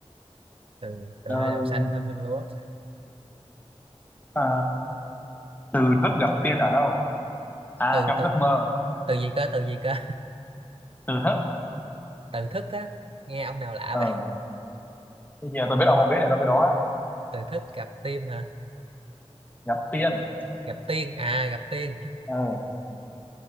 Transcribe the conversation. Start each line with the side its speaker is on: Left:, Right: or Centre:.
Right: từ từ
Left: nơi
Right: nơi đồng xanh thơm hương lúa
Left: à, từ thức gặp tiên ở đâu à
Right: từ
Left: trong
Right: từ
Left: giấc mơ
Right: từ gì cơ từ gì cơ
Left: từ thức
Right: <laughs> từ thức á nghe ông nào lạ
Left: ờ
Right: vậy
Left: bây giờ tôi biết ông không biết này tôi biết đó
Right: từ thức gặp tim hả
Left: gặp tiên
Right: gặp tiên à gặp tiên
Left: ờ